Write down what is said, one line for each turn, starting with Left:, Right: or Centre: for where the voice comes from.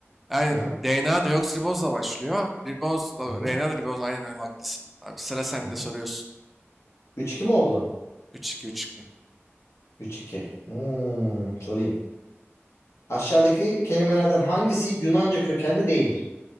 Centre: Yani
Left: Aha.
Centre: DNA deoksiribozla başlıyor. Ribozla,
Left: Hı hı.
Centre: RNA da riboz. Aynen öyle haklısın. Abi sıra sende
Left: Hı hı.
Centre: soruyorsun.
Left: 3-2 mi oldu?
Centre: Üç iki üç iki.
Left: 3-2. Hmm, sorayım. Aşağıdaki kelimelerden hangisi Yunanca kökenli değildir?